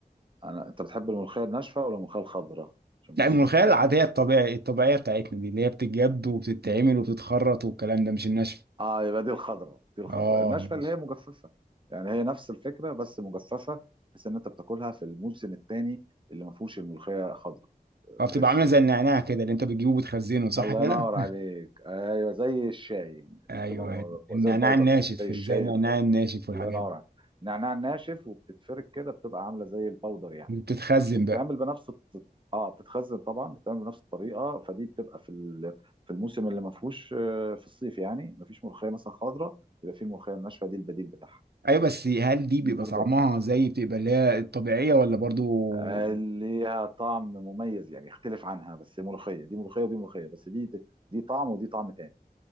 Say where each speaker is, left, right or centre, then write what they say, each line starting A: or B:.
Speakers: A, on the right (about 30°); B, on the right (about 80°).
A: انا انت بتحب الملوخية الناشفة ولا الملوخية الخضراء عشان
B: لا
A: بس
B: الملوخية
A: نبقى
B: العادية
A: م...
B: الطبيعية الطبيعية بتاعتنا دي اللي هي بتتجد وبتتعمل وبتتخرط والكلام ده مش الناشفة
A: اه يبقى دي الخضراء دي الخضراء
B: اه
A: الناشفة
B: ماشي
A: اللي هي مجففة يعني هي نفس الفكرة بس مجففة بحيث ان انت بتاكلها في الموسم الثاني اللي ما فيهوش الملوخية خضراء آه،
B: اه
A: فريش
B: بتبقى عاملة
A: يعني
B: زي النعناع كده اللي انت بتجيبه وبتخزنه صح
A: الله
B: كده؟
A: ينور عليك ايوه زي الشاي
B: <laughs> ايوه
A: بتبقى م-
B: أيوة. النعناع
A: زي البودر
B: الناشف
A: كده زي الشاي
B: زي النعناع الناشف والحاجات
A: الله ينور
B: دي
A: عليك نعناع ناشف وبتتفرك كده بتبقى عامله زي الباودر يعني
B: اللي بتتخزن
A: بتتعمل
B: بقى
A: بنفس الط- اه بتتخزن طبعا بتتعمل بنفس الطريقه فدي بتبقى في ال- في الموسم اللي ما فيهوش آه، في الصيف يعني ما فيش ملوخيه مثلا خضراء يبقى في الملوخيه الناشفه دي البديل بتاعها
B: ايوه بس هل دي
A: دي
B: بيبقى
A: برضه
B: طعمها زي بتبقى اللي هي الطبيعية ولا برضو
A: آه، ليها طعم مميز يعني يختلف عنها بس ملوخيه دي ملوخيه ودي ملوخيه بس دي دي طعم ودي طعم تاني